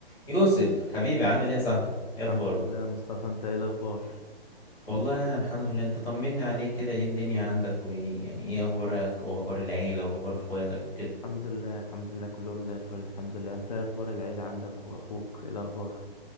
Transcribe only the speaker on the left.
الحمد
لله مصطفى انت ايه الاخبار
الحمد لله الحمد لله كلهم زي الفل الحمد لله انت ايه اخبار العيلة عندك واخوك ايه الاخبار